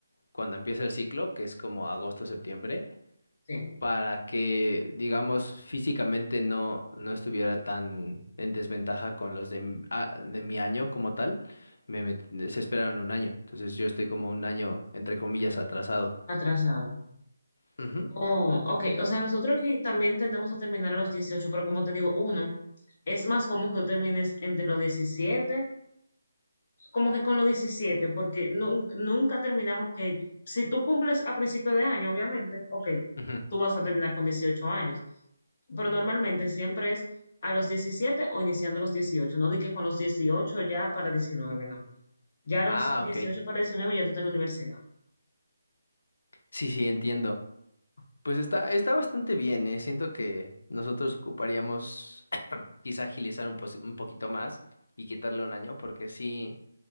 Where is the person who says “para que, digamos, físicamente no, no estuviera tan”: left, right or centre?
Left